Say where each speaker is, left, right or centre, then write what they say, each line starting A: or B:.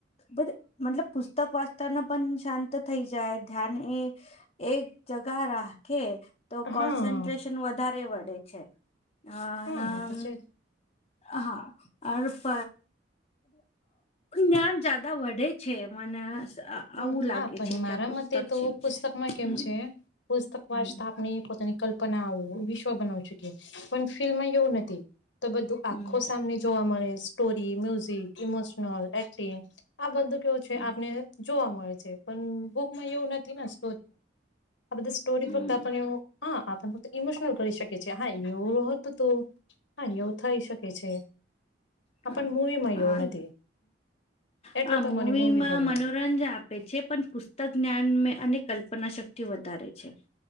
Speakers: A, on the left; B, on the left.
A: પ મલ પુસ્તક વાચતાના પણ શાંત થ જાય ધ્યાન એ એક જ રાખે તો
B: હા
A: કો વધારે વડે છે હ
B: હા
A: ના
B: તો છે
A: હા અ પ જ્ઞાન જદા વધે છે મને આવું
B: હમ
A: લાગે
B: હા પણ
A: છે
B: મારા
A: કે આ પુસ્તક
B: મતે તો
A: છે
B: પુસ્તકમાં
A: હમ
B: કેમ છે. પુસ્તક વાચતા
A: હમ
B: આપને પોતાની કલ્પના આવ વિશ્વ બનાવ શકી પણ ફિલ્મમાં એવું નથી તો બધું આખો
A: હમ
B: સામને જોવા મળે સ્ટોરી મ્યુઝિક ઇમોશનલ એક્ટિંગ આ બધું કેવું છે
A: હમ
B: આપને માં એવું નથી સ આ બધ સોરી
A: હમ
B: ફત હા આપને ફક્ત ઈમોશનલ કરી શકી છીએ હા એવ હતું તો હા એવ થઈ શકે છે. આ
A: હા
B: પણ મૂવી માં
A: હા
B: એવું નથી એટલે
A: હા
B: તો
A: મૂવીમાં
B: મને મૂવી ગમે
A: મનોરંજન આપે છે પણ પુસ્તક જ્ઞાન અને કલ્પના શક્તિ વધારે છે.